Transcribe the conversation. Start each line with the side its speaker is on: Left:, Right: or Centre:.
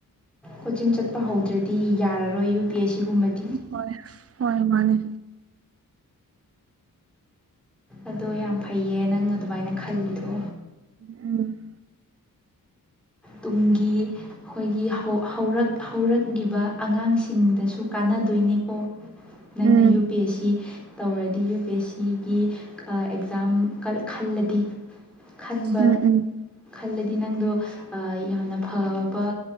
Centre: ꯀꯣꯆꯤꯡ ꯆꯠꯄ ꯍꯧꯗ꯭ꯔꯗꯤ ꯌꯥꯔꯔꯣꯏ ꯌꯨ ꯄꯤ ꯑꯦꯁ ꯁꯤꯒꯨꯝꯕꯗꯤ
Right: ꯍꯣꯏ ꯍꯣꯏ ꯃꯥꯅꯤ
Centre: ꯑꯗꯣ ꯌꯥꯝ ꯐꯩꯌꯦ ꯅꯪ ꯑꯗꯨꯃꯥꯏꯅ ꯈꯜꯂꯤꯗꯣ
Right: ꯎꯝ
Centre: ꯇꯨꯡꯒꯤ ꯑꯩꯈꯣꯏ ꯒꯤ ꯍꯧ ꯍꯧꯔꯛ ꯍꯧꯔꯛꯂꯤꯕ ꯑꯉꯥꯡꯁꯤꯡꯗꯁꯨ ꯀꯥꯟꯅꯗꯣꯏꯅꯦꯀꯣ ꯅꯪꯅ
Right: ꯎꯝ
Centre: ꯌꯨ ꯄꯤ ꯑꯦꯁ ꯁꯤ ꯇꯧꯔꯗꯤ ꯌꯨ ꯄꯤ ꯑꯦꯁ ꯁꯤꯒꯤ ꯑꯥ ꯑꯦꯛꯖꯥꯝ ꯈꯜꯂꯗꯤ ꯈꯟꯕ
Right: ꯎꯝ ꯎꯝ
Centre: ꯈꯜꯂꯗꯤ ꯅꯪꯗꯣ ꯑꯥ ꯌꯥꯝꯅ ꯐꯕ